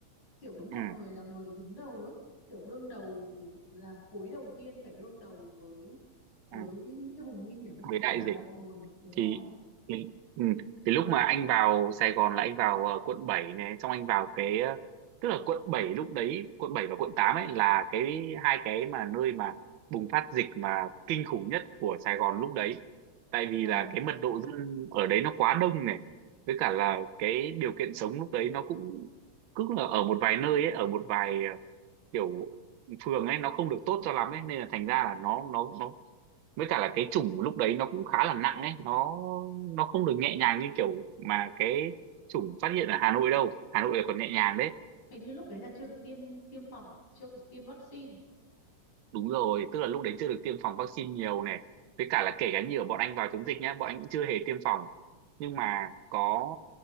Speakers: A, on the left (about 80°); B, on the right (about 75°).
A: kiểu đúng mọi
B: ừ,
A: người là người đứng đầu ấy kiểu đương đầu là khối đầu tiên phải đương đầu với với
B: ừ,
A: những cái vùng nguy hiểm ý
B: với đại
A: chỉ là
B: dịch
A: mọi người đúng
B: thì
A: rồi
B: thì, ừ. thì lúc mà anh vào Sài Gòn là anh vào ờ, quận 7 này xong anh vào cái ờ, tức là quận 7 lúc đấy quận 7 và quận 8 ấy là cái hai cái mà nơi mà bùng phát dịch mà kinh khủng nhất của Sài Gòn lúc đấy tại vì
A: vâng
B: là cái mật độ dân ở đấy nó quá đông này với cả là cái điều kiện sống lúc đấy nó cũng cứ là ở một vài nơi ấy ở một vài ờ, kiểu phường ấy nó không được tốt cho lắm ấy nên là thành ra là nó nó nó với cả là cái chủng lúc đấy nó cũng khá là nặng ấy nó nó không được nhẹ nhàng như kiểu mà cái chủng phát hiện ở Hà Nội đâu Hà Nội là còn nhẹ nhàng đấy
A: hình như lúc đấy là chưa được tiêm tiêm phòng chưa được tiêm vaccine
B: Đúng rồi, tức là lúc đấy chưa được tiêm phòng vaccine nhiều này. Với cả là kể cả như ở bọn anh vào chống dịch nhá, bọn anh cũng chưa hề tiêm phòng. Nhưng mà có,